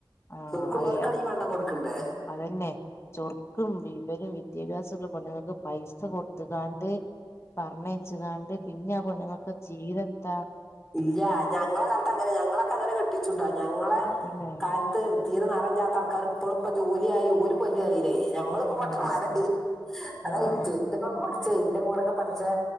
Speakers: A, on the left; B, in the centre.
A: ആഹ്
B: ചൊർക്ക്ള്ളോൽക്കാണെങ്കി
A: അതെ
B: പണ്ടം കൊട്ക്കണ്ടേ?
A: അതന്നെ ചൊർക്കും വിവരും വിദ്യാഭ്യാസള്ള പെണ്ങ്ങൾക്ക് പൈസ കൊട്ത്ത്കാണ്ട് പറഞ്ഞയ്ച്ച്കാണ്ട് പിന്നെ ആഹ് പൊണ്ങ്ങക്ക് ജീവെത്താ
B: ഇല്ലാ ഞങ്ങള കാൽത്ത് അങ്ങനെ ഞങ്ങളൊക്കെ അങ്ങനെ കെട്ടിച്ചുട്ടോ ഞങ്ങളെ
A: അതന്നെ
B: കാൽ ത്തെ തീരെ ന്നറല്ലാത്ത ആൾക്കാര് ഇപ്പളും പ്പ ജോലിആയി ഓര്പ്പം വല്ല്യ എലേലായി ഞമ്മള് പ് ഒക്കെ പൊട്ടമാരായി
A: ആഹ്
B: അതാ
A: ആഹ്
B: വിറ്റ് ന്റെപ്പൊക്കെ പഠിച്ചെ എന്റെ കൂടൊക്കെ പഠ്ച്ചെ